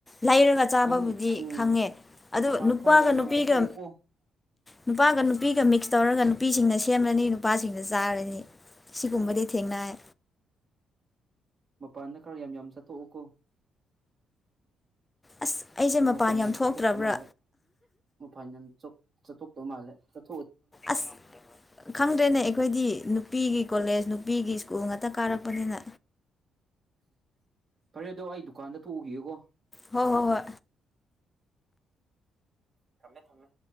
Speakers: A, on the left; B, on the right.
A: ꯂꯩꯔꯒ ꯆꯥꯕꯕꯨꯗꯤ
B: ꯅꯪ ꯎꯝ
A: ꯈꯪꯉꯦ ꯑꯗꯨ
B: ꯃꯄꯥꯟ
A: ꯅꯨꯄꯥꯒ
B: ꯈꯔ ꯌꯥꯝ
A: ꯅꯨꯄꯤꯒ
B: ꯌꯥꯝ ꯆꯠꯊꯣꯛꯎꯀꯣ
A: ꯅꯨꯄꯥꯒ ꯅꯨꯄꯤꯒ ꯃꯤꯛꯁ ꯇꯧꯔꯒ ꯅꯨꯄꯤꯁꯤꯡꯅ ꯁꯦꯝꯂꯅꯤ ꯅꯨꯄꯥꯁꯤꯡꯅ ꯆꯥꯔꯅꯤ ꯁꯤꯒꯨꯝꯕꯗꯤ ꯊꯦꯡꯅꯏ
B: ꯃꯄꯥꯟꯗ ꯈꯔ ꯌꯥꯝ ꯌꯥꯝ ꯆꯠꯊꯣꯛꯎ ꯀꯣ
A: ꯑꯁ ꯑꯩꯁꯦ
B: ꯅꯪ
A: ꯃꯄꯥꯟ
B: ꯃꯄꯥꯥꯟꯟꯆꯥ
A: ꯌꯥꯝ ꯊꯣꯛꯇ꯭ꯔꯕ꯭ꯔꯥ
B: ꯊ ꯊꯣꯛꯣꯛꯛꯇ ꯃꯥꯂ ꯃ ꯐꯥꯟ ꯆ ꯆꯠꯊꯄ ꯃꯥꯂꯦ ꯆꯠ
A: ꯑꯁ ꯈꯪꯗ꯭ꯔꯦꯅꯦ ꯑꯩꯈꯣꯏꯗꯤ ꯅꯨꯄꯤꯒꯤ ꯀꯣꯂꯦꯖ ꯅꯨꯄꯤꯒꯤ ꯁ꯭ꯀꯨꯜ ꯉꯥꯛꯇ ꯀꯥꯔꯛꯄꯅꯤꯅ
B: ꯐꯔꯦ ꯑꯗꯣ ꯑꯩ ꯗꯨꯀꯥꯟꯗ ꯊꯣꯛꯎꯒꯦꯀꯣ
A: ꯍꯣꯏ ꯍꯣꯏ ꯍꯣꯏ
B: ꯊꯝꯃꯦ ꯊꯝꯃꯦ